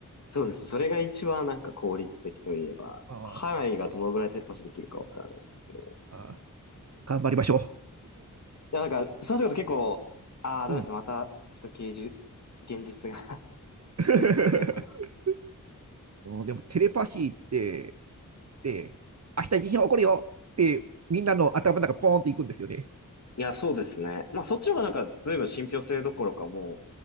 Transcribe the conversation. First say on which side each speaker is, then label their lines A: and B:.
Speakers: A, on the left; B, on the right.
A: そうですね。それが一番なんか効率的といえば、
B: あ
A: 範囲がどのぐらいテレパシーできるかわからないですけど。
B: あ頑張りましょ
A: や、なんか、そのると結構、ああ、ダメですね。
B: う。<laughs> うん
A: また、ちょっと芸術、現実が <laughs>
B: <laughs>
A: 現実的なことが。
B: でも、テレパシーって、って、明日地震起こるよって、みんなの頭の中ポーンっていくんですよね。
A: いや、そうですね。まあ、そっちの方がなんか、随分信憑性どころか、もう、